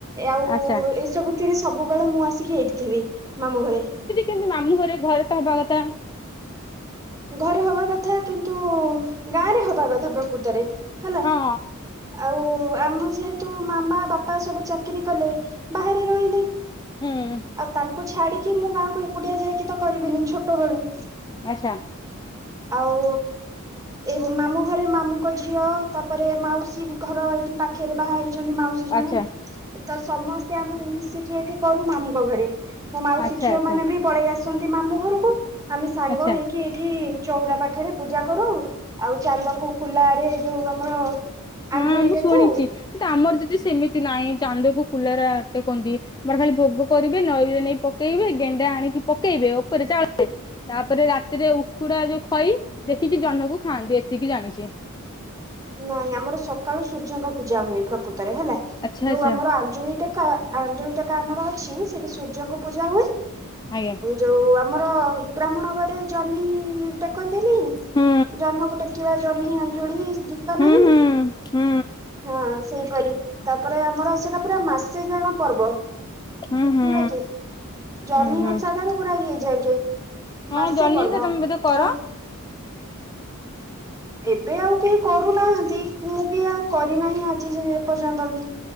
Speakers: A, on the right (about 15°); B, on the left (about 20°).
A: ଆଉ
B: ଆଚ୍ଛା
A: ଏସବୁ ରେ ସବୁବେଳେ ମୁଁ ଆସିକି ଏଇଠି ଥିବି, ମାମୁ ଘରେ
B: କେମତି ମାମୁଁ ଘରେ, ଘରେ ତ ହେବା କଥା
A: ଘରେ ହବା କଥା କିନ୍ତୁ ଗାଁରେ ହବା କଥା ପ୍ରକୃତରେ ହେଲା
B: ହଁ।
A: ଆଉ ଆମ ଯେହେତୁ ମାମା, ବାପା ସବୁ ଚାକିରି କଲେ ବାହାରେ ରହିଲେ
B: ହୁଁ
A: ଆଉ ତାଙ୍କୁ ଛାଡିକି ମୁଁ ଗାଁକୁ ଏକୁଟିଆ ଯାଇକି ତ କରିବିନି ଛୋଟ ବେଳୁ
B: ଆଛା।
A: ଆଉ ଏଇ ମାମୁଁ ଘରେ ମାମୁଙ୍କ ଝିଅ, ତାପରେ ମାଉସୀ ଘର ଏଇଠି ପାଖରେ ବାହା ହେଇଛନ୍ତି, ମାଉସୀ ଜଣେ
B: ଆଚ୍ଛା
A: ତ ସମସ୍ତେ ଆମେ ମିଶିକି ଏଠି କରୁ ମାମୁଙ୍କ ଘରେ, ମୋ ମାଉ
B: ଆଚ୍ଛା
A: ସେ ଝିଅ
B: ଆଚ୍ଛା
A: ମାନେ ବି ପଳେଇ ଆସ ମାମୁଁ ଘରକୁ, ଆମେ ସାଙ୍ଗ
B: ଆଚ୍ଛା
A: ହେଇକି ଏଠି ଚଉରା ପାଖରେ ପୂଜା କରୁ, ଆଉ ଚାନ୍ଦ କୁ କୁଲାରେ, ଯୋଉ ଆମର
B: ହଁ
A: ଆଞ୍ଜୁଳି
B: ମୁଁ
A: ଟେକୁ
B: ଶୁଣିଛି କିନ୍ତୁ ଆମର ଯଦି ସେମିତି ନାହିଁ। ଚାନ୍ଦକୁ କୁଲରା କୁହନ୍ତି, ମୋର ଖାଲି ଭୋଗ କରିବେ, ନଈରେ ନେଇ ପକେଇବେ, ଗେଣ୍ଡା ଆଣିକି ପକେଇବେ ଆଉ ଚାଳ, ତାପରେ ରା ସେଥିରେ ଉକୁଡା ଯୋଉ ଖଇ ଦେଖିକି ଜହ୍ନକୁ ଖାଆନ୍ତି ଏତିକି ଜାଣିଛି
A: ନାଇଁ ଆମର ସକାଳୁ ସୂର୍ଯ୍ୟଙ୍କ ପୂଜା ହୁଏ, ପ୍ରକୃତି ରେ ହେଲା,
B: ଆଚ୍ଛା
A: ଯୋଉ
B: ଆଚ୍ଛା
A: ଆମର ଆଞ୍ଜୁଳି ଟକା ଆଞ୍ଜୁଳି ଟେକା ଆମର ଅଛି ସେଠି ସୂର୍ଯ୍ୟଙ୍କୁ ପୂଜା ହୁଏ,
B: ଆଜ୍ଞା
A: ଯୋଉ ଆମର ବ୍ରାହ୍ମଣ ଘରେ ଜହ୍ନି ଟେକନ୍ତିନି,
B: ହୁଁ
A: ଜହ୍ନକୁ ଟେକିବା ଜହ୍ନି ଅଞ୍ଜୁଳି ତ ନାହିଁ,
B: ହୁଁ ହୁଁ ହୁଁ
A: ହଁ ସେଇପରି, ତାପରେ ଆମର ସେଇଟା ପୁରା ମାସେ ଜାଣ ପର୍ବ
B: ହୁଁ ହୁଁ
A: ହେଲା କି, ଜହ୍ନି
B: ହୁଁ ହୁଁ
A: ଓଷା ଟାରୁ ପୁରା ଇଏ ହେଇଯାଏକେ
B: ହଁ
A: ମାସେ
B: ଜହ୍ନି
A: ପର୍ବ,
B: ଓଷା ତମେ ବୋଧେ କର
A: ତ ଏବେ ଆଉ କେହି କରୁନାହାନ୍ତି ମୁଁ ବି କରିନାହିଁ ଆଜି ଯାଏ ଏପର୍ଯ୍ୟନ୍ତ ବି।